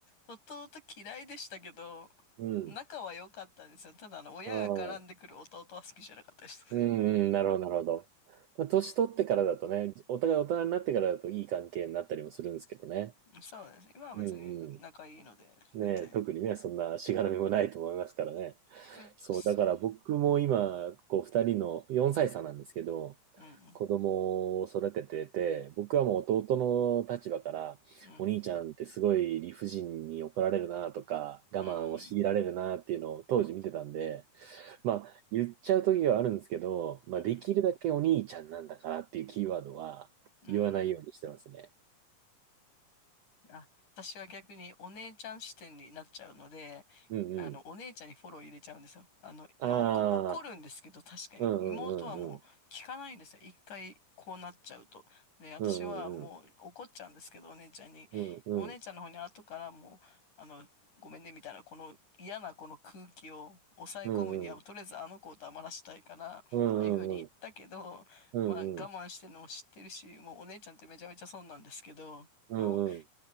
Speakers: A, on the left; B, on the right.
A: 弟嫌いでしたけど、
B: うん、
A: 仲は良かったんですよ。ただあの、親が絡んでくる弟は好きじゃなかったです。
B: ああ、うん、うん、なるほど、なるほど。まあ、年取ってからだとね、お互い大人になってからだといい関係になったりもするんですけどね。
A: <laughs> そうです。今は別に仲いいので、
B: うん、うん。
A: 全然、
B: ねえ、特にね、そんなしがらみもないと思いますからね。
A: うん、
B: そう、
A: そ
B: だから僕も今、こう、二人の4歳差なんですけど、
A: う。うん、
B: 子供を育ててて、僕はもう弟の立場から、
A: うん、
B: お兄ちゃんってすごい理不尽に怒られるなとか、我慢を強いられるなっていうのを当時見てたんで、
A: うん、うん、
B: まあ、言っちゃう時はあるんですけど、まあ、
A: うん、
B: できるだけお兄ちゃんなんだからっていうキーワードは言わないようにしてますね。
A: うん。うんあ、私は逆にお姉ちゃん視点になっちゃうので、
B: うんうん。
A: あの、お姉ちゃんにフォロー入れちゃうんですよ。あの、まあ、
B: ああ、
A: おこ怒るんですけど、確かに。
B: うんうんうん
A: 妹はもう聞かないんですよ。一回こうなっちゃうと。で、私はもう怒っちゃうんですけど、
B: うんうんうん。
A: お姉ちゃんに。
B: うんうん。
A: お姉ちゃんの方に後からもう、あの、ごめんね、みたいな、この嫌なこの空気を抑え込むには、
B: うんうん。
A: とりあえずあの子を黙らしたいから、ああいうふうに言ったけど、
B: うんうん。うんうん。
A: まあ、我慢してるのも知ってるし、もうお姉ちゃんってめちゃめちゃ損なんですけど、
B: うんうん
A: の